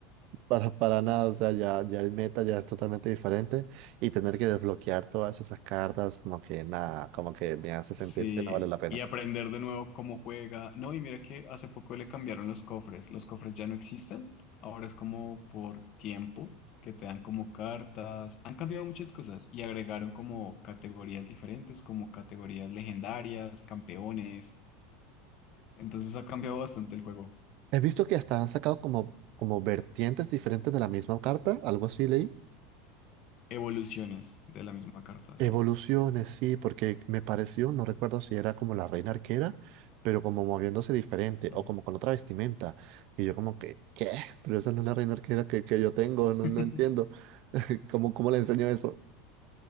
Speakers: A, on the right; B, on the left.
A: para, para nada, o sea, ya, ya el meta ya es totalmente diferente y tener que desbloquear todas esas cartas, como que nada, como que me hace sentir
B: Sí,
A: que no vale la pena.
B: y aprender de nuevo cómo juega. No, y mira que hace poco le cambiaron los cofres. Los cofres ya no existen. Ahora es como por tiempo que te dan como cartas. Han cambiado muchas cosas y agregaron como categorías diferentes, como categorías legendarias, campeones. Entonces ha cambiado bastante el juego.
A: He visto que hasta han sacado como, como vertientes diferentes de la misma carta, algo así leí.
B: Evoluciones de la misma carta,
A: Evoluciones,
B: sí.
A: sí, porque me pareció, no recuerdo si era como la reina arquera, pero como moviéndose diferente
B: Ujú.
A: o como con otra vestimenta. Y yo como que, ¿qué? Pero esa no es la reina arquera que, que yo tengo, no,
B: <laughs>
A: no entiendo. <laughs> ¿Cómo, cómo le enseño eso?